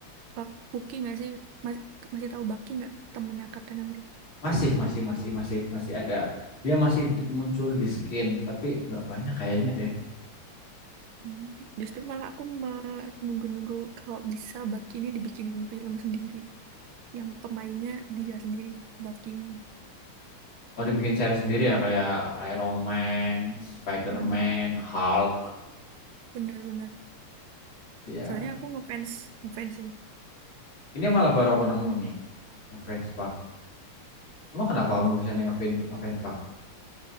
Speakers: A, on the right; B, on the left.
A: Bak Bucky nggak sih? Mas- masih tahu Bucky nggak temennya Kapten Amerika?
B: Masih masih masih masih masih ada. Dia masih muncul di skin tapi nggak banyak kayaknya deh.
A: Hmm, Justru malah aku ma- nunggu-nunggu kalau bisa Bucky ini dibikinin film sendiri. Yang pemainnya dia sendiri, Bucky ini.
B: Oh dibikin series sendiri ya kayak Iron Man, Spider-Man,
A: Mm-mm.
B: Hulk
A: Bener-bener.
B: ya.
A: Soalnya aku ngefans, ngefans sih.
B: Ini malah baru aku nemu nih. Ngefans banget Emang kenapa kamu bisa ngefans ngefans Pak?